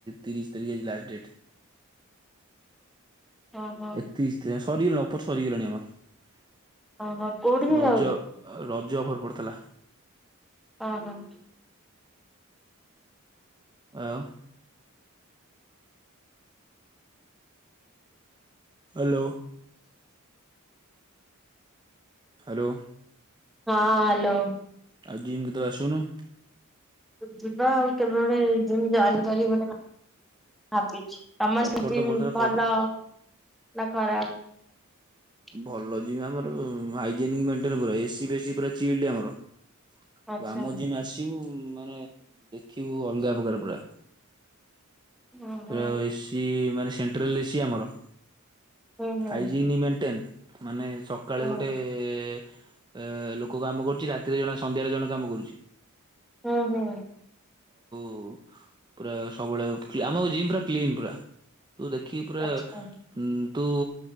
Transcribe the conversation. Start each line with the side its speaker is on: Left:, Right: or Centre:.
Right: ତିରିଶ ତାରିଖ ଆଜି ଲାଷ୍ଟ ଡେଟ।
Centre: ଓହୋ
Right: ଏକତିରିଶ ଦ ସରିଗଲାଣି ଅଫର ସରିଗଲାଣି ଆମର।
Centre: ଓହୋ କୋଉଠିକି
Right: ରଜ
Centre: ଯାଉଛୁ
Right: ରଜ ଅଫର ପଡ଼ିଥିଲା।
Centre: ହଁ ହଁ।
Right: ଆଉ। ହାଲୋ। ହାଲୋ।
Centre: ହଁ ହାଲୋ।
Right: ଆଉ ଜିମ କି ତୁ ଆସୁନୁ।
Centre: ଯିବା ଆଉ କେବେ ଗୋଟେ ଜିମ୍ ଜାଇନି ଗରିବ ଟେ ଭା ଭାବିଚି ସମସ୍ତେ
Right: ଅଫର
Centre: ଜିମ୍
Right: ତ ପଡିଥିଲା
Centre: ଭଲ।
Right: କରିଦେ
Centre: ନା ଖରାପ
Right: ଭଲ ଜିମ୍ ଆମର ହାଇଯେନିକି ମେଣ୍ଟେନେ ପୁରା ଏସି ବେଶି ଚିଲ୍ଡ଼ି ଆମର। ତୁ
Centre: ଆଚ୍ଛା
Right: ଆମ ଜିମ୍ ଆସିବୁ ମାନେ ଦେଖିବୁ ଅଲଗା ପ୍ରକାର ପୁରା।
Centre: ଓହୋ
Right: ପୁରା ଏସି ମାନେ ସେଣ୍ଟ୍ରାଲ ଏସି ଆମର।
Centre: ହୁଁ ହୁଁ
Right: ହାଇଜିନ୍ ମେଣ୍ଟେନ ମାନେ ସକାଳେ
Centre: ହୁଁ
Right: ଗୋଟେ ଏ ଲୋକ କାମ କରୁଚି ରାତିରେ ଜଣେ ସନ୍ଧ୍ୟାଳେ ଜଣେ କାମ କରୁଛି।
Centre: ହୁଁ ହୁଁ।
Right: ପୁ-ପୁରା ସବୁବେଳେ କ୍ଳି ଆମ ଜିମ୍ ପୁର କ୍ଲିନ୍ ପୁରା। ତୁ ଦେଖିକି ପୁରା
Centre: ଆଚ୍ଛା
Right: ଉଁ ତୁ